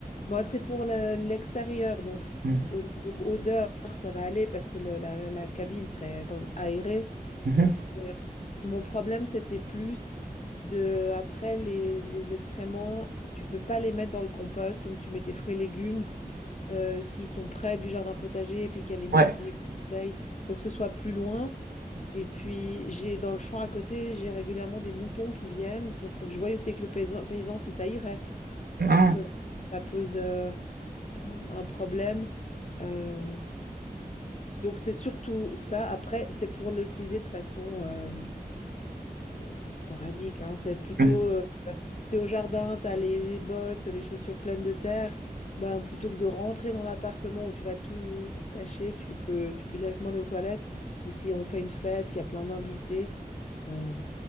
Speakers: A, on the left; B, on the right.
A: Bon, c'est pour le- l'extérieur, donc c-
B: Mm.
A: au niveau odeur, ça va aller parce que le- la, la cabine serait quand même aérée.
B: Mhm.
A: Et, euh, Mon problème, c'était plus de, après les, les excréments, tu peux pas les mettre dans le compost où tu mets tes fruits et légumes euh, s'ils sont près du jardin potager et puis qu'il y a les moustiques,
B: Ouais.
A: les abeilles, faut que ce soit plus loin. Et puis, j'ai dans le champ à côté, j'ai régulièrement des moutons qui viennent. Donc, il faut que je voie aussi avec le paysan, paysan si ça irait.
B: Ah.
A: Pas que ça pose euh, euh, un problème. Euh, donc, c'est surtout ça. Après, c'est pour l'utiliser de façon euh, euh, sporadique, hein. C'est plutôt,
B: Mm.
A: euh, tu es au jardin, t'as les, les bottes, les chaussures pleines de terre, ben, plutôt que de rentrer dans l'appartement où tu vas tout tâcher, tu peux, tu peux directement aller aux toilettes. Ou si on fait une fête, qu'il y a plein d'invités, ben,